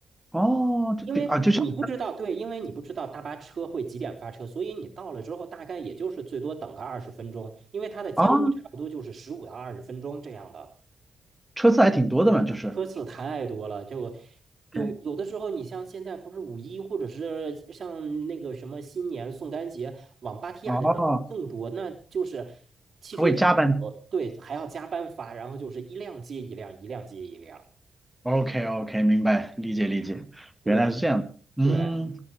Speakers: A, in the centre; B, on the right (about 55°).
A: 哦，就比啊就像
B: 因为你不知道，对，因为你不知道大巴车会几点发车，所以你到了之后，大概也就是最多等个二十分钟，因为它的间隔差不多就是十五到二十分钟这样的。
A: 啊，车次还挺多的嘛，就是。
B: 车次太多了，就有有的时候，
A: 对。
B: 你像现在不是五一，或者是像那个什么新年、宋干节，往芭提雅的人更多，
A: 哦，
B: 那就是汽车站多，
A: 还会加班。
B: 对，还要加班发，然后就是一辆接一辆，一辆接一辆，
A: OK OK，明白，理解理解，
B: 对
A: 原来是这样的嗯，
B: 对。